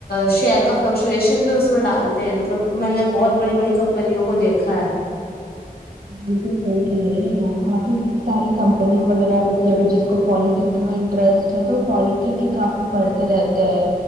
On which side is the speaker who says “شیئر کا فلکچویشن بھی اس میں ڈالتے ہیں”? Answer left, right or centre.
Left